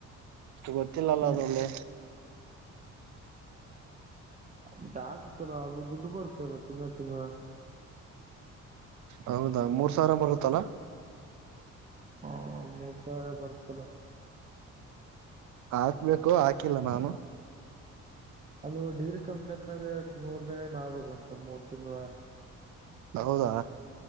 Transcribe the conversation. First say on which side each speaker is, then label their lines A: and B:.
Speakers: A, on the right; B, on the right.
A: ಗೊತ್ತಿಲ್ಲಲ್ಲ
B: ಹ್ಮ್
A: ಅದ ಒಳ್ಳೆ
B: ಮ ಆಗ್ಕ್ಕಲ್ಲ ಅದು ದುಡ್ಡು ಬರ್ತ ಅಲ್ಲ ತಿಂಗಗಳ ತಿಂಗ
A: ಹೌದಾ ಮೂರ್ ಸಾವಿರ ಬರುತ್ತಲಾ
B: ಹಾ ಮೂ ಸಾರ ಬಡ್ತಲ್ಲ
A: ಹಾಕ್ಬೇಕು ಹಾಕಿಲ್ಲ ನಾನು
B: ಅಲ್ ಡಿಗ್ರಿ ಕಂಪ್ಲೀಟ್ ಆದ್ಮ್ಯಾಗ ಮೂರ್ ದಿನ ಆಗ್ಬೇಕಂತ ಮೂರ್ ತಿಂಗಗಳ
A: ಹೌದಾ